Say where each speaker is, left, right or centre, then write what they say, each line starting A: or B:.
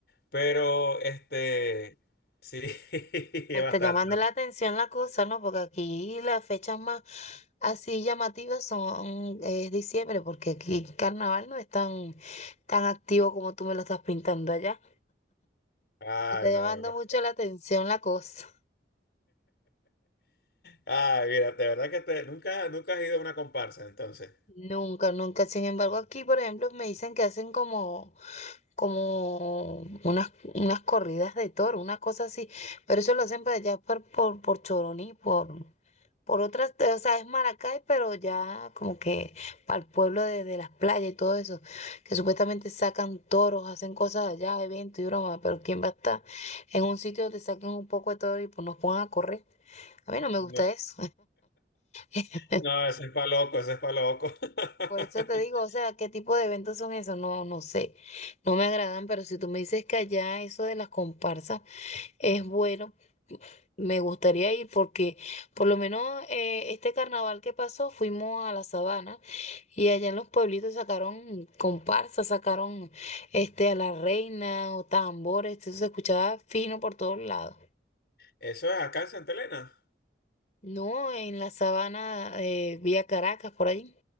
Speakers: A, on the left; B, on the left.
A: pero este, sí, <laughs> es
B: Me está
A: bastante.
B: llamando la atención la cosa, ¿no? Porque aquí las fechas más así llamativas son es diciembre, porque aquí carnaval no es tan, tan activo como tú me lo estás pintando allá.
A: Ay,
B: Me está llamando
A: no, no.
B: mucho
A: <laughs>
B: la atención la cosa.
A: Ay, mira, de verdad que te- nunca, nunca has ido a una comparsa, entonces.
B: Nunca, nunca. Sin embargo, aquí, por ejemplo, me dicen que hacen como, como unas, unas corridas de toro, una cosa así. Pero eso lo hacen para allá por, por, por Choroní, por, por otras, o sea, es Maracay, pero ya como que para el pueblo de, de las playas y todo eso, que supuestamente sacan toros, hacen cosas allá, eventos y broma, pero ¿quién va a estar en un sitio donde saquen un poco de todo y pues nos pongan a correr? A mí no me
A: No,
B: gusta eso. <laughs>
A: no, eso es pa' loco, eso es pa' loco. <laughs>
B: Por eso te digo, o sea, ¿qué tipo de eventos son esos? No, no sé, no me agradan, pero si tú me dices que allá eso de las comparsas Es bueno, me gustaría ir porque por lo menos eh, este carnaval que pasó fuimos a la sabana y allá en los pueblitos sacaron comparsas, sacaron este a la reina o tambores, eso se escuchaba fino por todos lados.
A: Eso es acá en Santa Elena.
B: No, en la sabana eh, vía Caracas, por allí